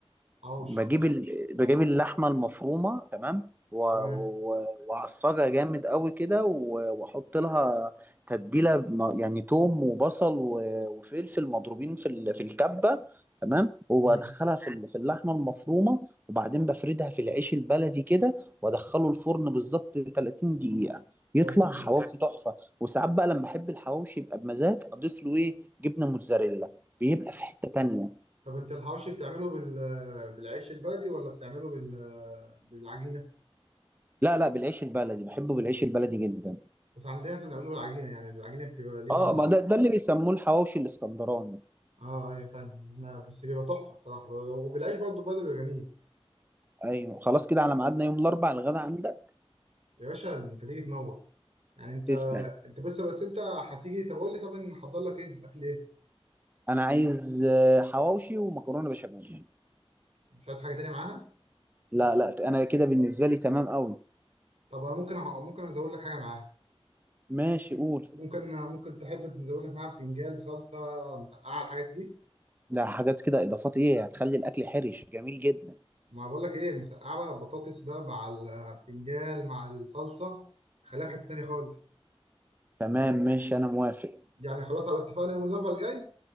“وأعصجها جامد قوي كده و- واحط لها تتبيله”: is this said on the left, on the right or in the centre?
Right